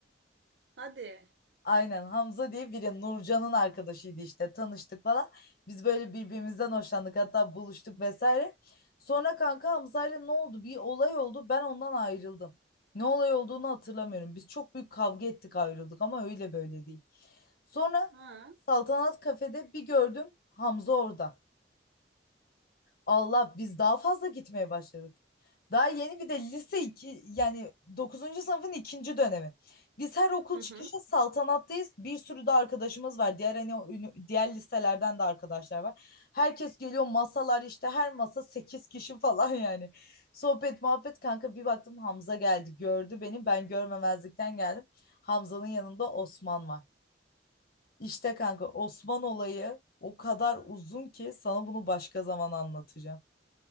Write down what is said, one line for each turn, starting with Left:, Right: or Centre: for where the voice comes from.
Right: Hadi.
Left: Aynen Hamza diye biri Nurcan'ın arkadaşıydı işte tanıştık falan. Biz böyle birbirimizden hoşlandık hatta buluştuk vesaire. Sonra kanka Hamza'yla ne oldu? Bir olay oldu ben ondan ayrıldım. Ne olay olduğunu hatırlamıyorum. Biz çok büyük kavga ettik ayrıldık ama öyle böyle değil. Sonra
Right: Ha.
Left: Saltanat Kafe'de bir gördüm Hamza orada. Allah biz daha fazla gitmeye başladık. Daha yeni bir de lise 2, yani dokuzuncu sınıfın ikinci dönemi. Biz her okul
Right: Hı
Left: çıkışı
Right: hı.
Left: saltanattayız. Bir sürü de arkadaşımız var. Diğer hani o ünü- diğer liselerden de arkadaşlar var. Herkes geliyor masalar işte her masa 8 kişi <laughs> falan yani. Sohbet muhabbet kanka bir baktım Hamza geldi gördü beni ben görmemezlikten geldim. Hamza'nın yanında Osman var. İşte kanka Osman olayı o kadar uzun ki sana bunu başka zaman anlatacağım.